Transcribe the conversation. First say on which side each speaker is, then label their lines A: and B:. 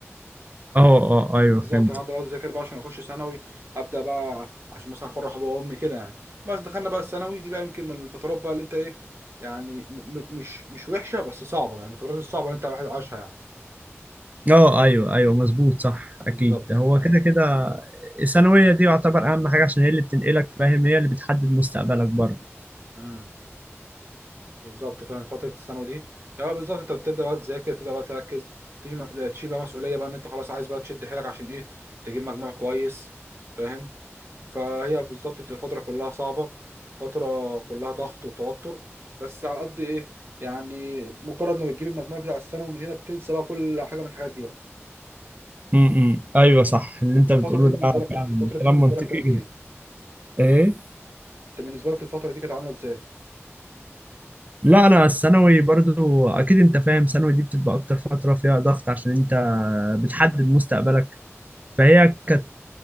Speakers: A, on the right; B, on the right.
A: أه أه أيوه
B: بالظبط
A: فهمت
B: انا هبدأ بقى اذاكر بقى عشان اخش ثانوي هبدأ بقى عشان مثلا افرح بابا وامي كده يعني بس دخلنا بقى الثانوي دي بقى يمكن من الفترات بقى اللي انت ايه يعني م م مش مش وحشة بس صعبة يعني الفترات الصعبة اللي انت واحد عاشها يعني
A: أه أيوه أيوه مظبوط صح
B: بالظبط
A: أكيد هو
B: يعني
A: كده كده الثانوية دي يعتبر أهم حاجة عشان هي اللي بتنقلك فاهم هي اللي بتحدد مستقبلك برضه
B: مم. بالظبط فعلا فترة الثانوي دي لا بالظبط انت بتبدأ بقى تذاكر تبدأ بقى تركز تيجي م- تشيل بقى مسؤولية بقى ان انت خلاص عايز بقى تشد حيلك عشان ايه تجيب مجموع كويس فاهم فهي بالظبط بتبقى فترة كلها صعبة فترة كلها ضغط وتوتر بس على قد ايه يعني مجرد ما بتجيب المجموع بتاع الثانوي من هنا بتنسى بقى كل حاجة من الحاجات دي بقى
A: امم ايوه صح اللي
B: انت
A: انت
B: الفترة
A: بتقوله
B: دي بالنسبة
A: ده
B: لك كانت
A: فعلا
B: الفترة دي
A: كلام
B: بالنسبة
A: منطقي
B: لك كانت ايه؟
A: ايه
B: انت بالنسبة لك الفترة دي كانت عاملة ازاي؟
A: لا انا الثانوي برضو اكيد انت فاهم ثانوي دي بتبقى اكتر فتره فيها ضغط عشان انت بتحدد مستقبلك فهي كانت